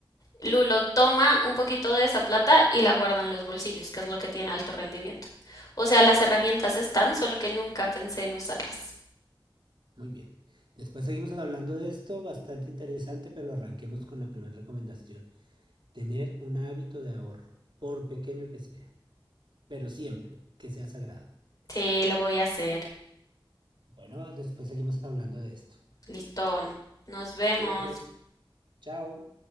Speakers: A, on the left; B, on the right.
A: Lulo toma un poquito de esa plata y la guarda en los bolsillos, que es lo que tiene alto rendimiento. O sea, las herramientas están, solo que nunca pensé en usarlas.
B: Muy bien. Después seguimos hablando de esto, bastante interesante, pero arranquemos con la primera recomendación. Tener un hábito de ahorro, por pequeño que sea, pero siempre que sea sagrado.
A: Sí, lo voy a hacer.
B: Bueno, después seguimos hablando de esto.
A: Listón. Nos vemos.
B: Cuídate. Chao.